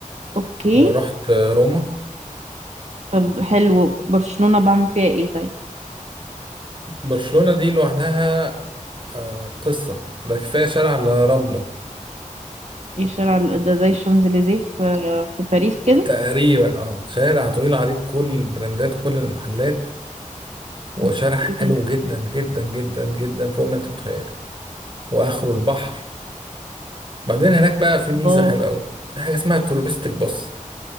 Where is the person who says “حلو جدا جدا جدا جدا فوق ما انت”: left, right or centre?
Right